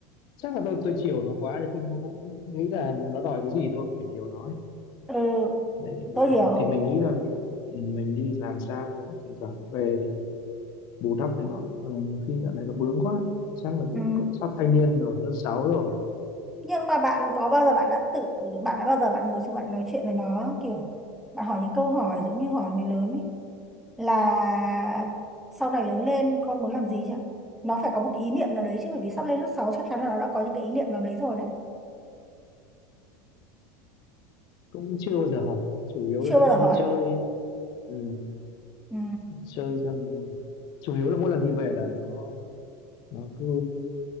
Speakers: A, on the left; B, in the centre.
A: chắc là tôi tôi chiều nó quá nhưng nó cũng nghĩ là nó đòi cái gì tôi cũng phải chiều nó ấy.
B: ừ
A: đấy thì
B: tôi hiểu
A: thì mình nghĩ là ừ, mình đi làm xa mình thỉnh thoảng về thì bù đắp với nó nhưng mà nhiều khi dạo này nó bướng quá chắc là
B: ừ.
A: cũng cũng sắp thanh niên rồi lớp sáu rồi
B: nhưng mà bạn có bao giờ bạn đã tự bạn đã bao giờ bạn ngồi xuống bạn nói chuyện với nó kiểu bạn hỏi những câu hỏi giống như hỏi người lớn ấy là sau này lớn lên con muốn làm gì chứ nó phải có một cái ý niệm nào đấy chứ bởi vì sắp lên lớp 6 chắc chắn là nó đã có những cái ý niệm nào đấy rồi đấy
A: cũng chưa bao giờ hỏi nó. chủ yếu
B: chưa
A: là dẫn
B: bao giờ
A: nó
B: hỏi
A: đi chơi ừ,
B: ừ,
A: chơi xong rồi chủ yếu là mỗi lần đi về là nó nó cứ